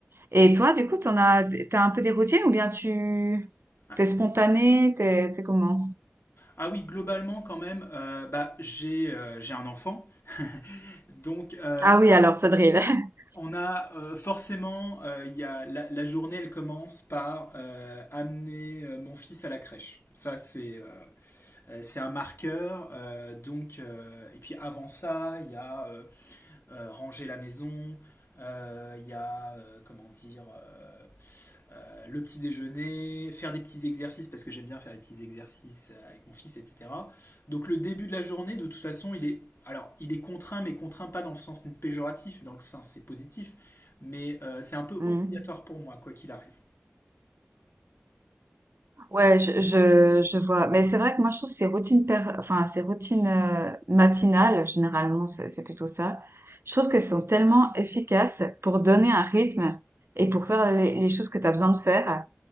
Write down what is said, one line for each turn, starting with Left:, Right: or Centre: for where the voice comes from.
Right: Et toi, du coup, t'en as, t'as un peu des routines ou bien tu,
Left: Ah
Right: t'es spontané, t'es, t'es comment?
Left: ah oui, globalement quand même, euh, bah, j'ai euh, j'ai un enfant. Donc, euh,
Right: Ah oui, alors, ça drille. <laughs>
Left: on a euh, forcément, euh, il y a, la, la journée, elle commence par euh, amener euh, mon fils à la crèche. Ça, c'est euh, euh, c'est un marqueur. euh, donc, euh, et puis avant ça, il y a euh, euh, ranger la maison, euh, il y a, euh, comment dire, euh, euh, le petit déjeuner, faire des petits exercices parce que j'aime bien faire des petits exercices euh, avec mon fils, etc. Donc le début de la journée, de toute façon, il est alors il est contraint, mais contraint pas dans le sens péjoratif, dans le sens c'est positif, mais euh, c'est un peu obligatoire
Right: Mm.
Left: pour moi quoi qu'il arrive.
Right: Ouais, je, je, je vois. Mais c'est vrai que moi, je trouve que ces routines, per- enfin, ces routines euh, matinales, généralement, c'est c'est plutôt ça. Je trouve qu'elles sont tellement efficaces pour donner un rythme et pour faire les, les choses que tu as besoin de faire.